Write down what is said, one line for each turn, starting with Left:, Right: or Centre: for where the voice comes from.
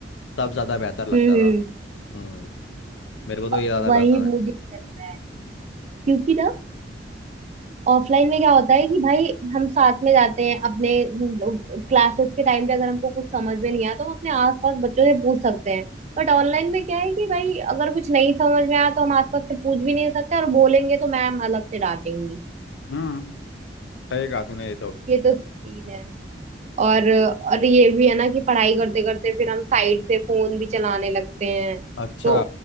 Left: तब ज़्यादा बेहतर लगता
Right: हम्म हम्म
Left: था हम्म मेरे को तो
Right: अ,
Left: ये ज़्यादा
Right: वही
Left: पसंद
Right: मुझे
Left: है
Right: भी लगता है क्योंकि ना ऑफलाइन में क्या होता है कि भाई हम साथ में जाते हैं अपने क्लासेस के टाइम पे अगर हमको कुछ समझ में नहीं आया तो हम अपने आसपास बच्चों से पूछ सकते हैं बट ऑनलाइन में क्या है कि भाई अगर कुछ नहीं समझ में आया तो हम आसपास से पूछ भी नहीं सकते और बोलेंगे तो मैम अलग से डांटेंगी
Left: हम्म सही कहा तूने ये तो
Right: ये तो सीन है और और ये भी है ना कि पढ़ाई करते करते फिर हम साइड से फोन भी चलाने लगते हैं
Left: अच्छा
Right: तो